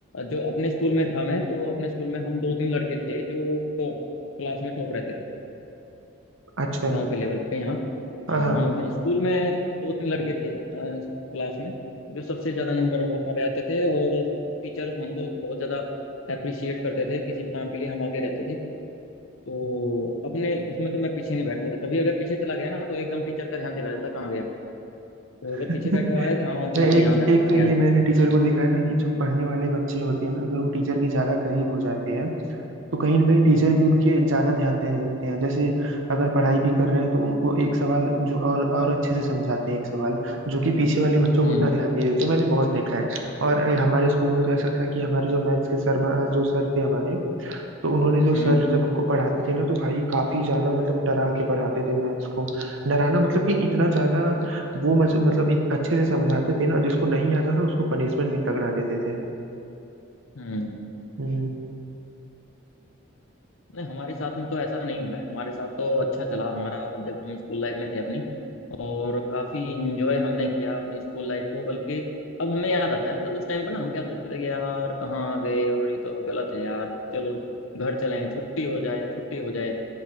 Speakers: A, on the left; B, on the right.
A: जो अपने स्कूल में था मैं तो अपने स्कूल में हम दो तीन लड़के थे जो टॉप क्लास में टॉप रहते थे
B: अच्छा
A: गांव के लेवल पे हाँ
B: हाँ
A: हाँ
B: हाँ
A: हम अपने स्कूल में दो तीन लड़के थे अ, क्लास में जो सबसे ज़्यादा नंबर हमारे आते थे और टीचर हमको बहुत ज़्यादा अप्रिशिएट करते थे किसी भी काम के लिए हम आगे रहते थे तो अपने उसमें तो मैं पीछे नहीं बैठता था कभी अगर पीछे चला गया ना तो एकदम टीचर का ध्यान चला जाता कहाँ गया तो
B: <laughs>
A: अगर पीछे बैठा हुआ है तो हाँ ओके
B: नहीं
A: बेटा यहाँ
B: एक
A: आ जा
B: एक
A: आगे
B: तो ये
A: आ जा
B: मैंने टीचर को देखा है ना कि जो पढ़ने वाले बच्चे होते हैं ना अगर वो टीचर के ज्यादा करीब हो जाते हैं तो कहीं ना कहीं टीचर
A: हम्म
B: भी उनके ज्यादा ध्यान देने लगते हैं जैसे अगर पढ़ाई भी कर रहे हैं तो उनको एक सवाल जो और और अच्छे से समझाते हैं एक सवाल जो कि पीछे वाले बच्चों
A: हम्म
B: को उतना ध्यान नहीं देते मैंने बहुत देखा है और अ, हमारे स्कूल में तो ऐसा था कि हमारे जो मैथ्स के सर अ, जो सर थे हमारे तो उन्होंने जो
A: हम्म
B: सर जब हमको पढ़ाते थे ना तो भाई काफी ज्यादा मतलब डरा के पढ़ाते थे मैथ्स को डराना मतलब कि इतना
A: अच्छा
B: ज्यादा वो मज- मतलब इत- अच्छे से समझाते थे ना जिसको नहीं आता था उसको पनिशमेंट भी तगड़ा देते थे
A: हम्म
B: हम्म
A: नहीं हमारे साथ में तो ऐसा नहीं हुआ है हमारे साथ तो अच्छा चला हमारा जब हम स्कूल लाइफ में थे अपनी और काफी इंजॉय हमने किया अपनी स्कूल लाइफ को बल्कि अब हमें याद आता है मतलब उस टाइम पर ना हम क्या सोचते थे कि यार कहाँ आ गए और ये तो गलत है यार चलो घर चले छुट्टी हो जाए छुट्टी हो जाए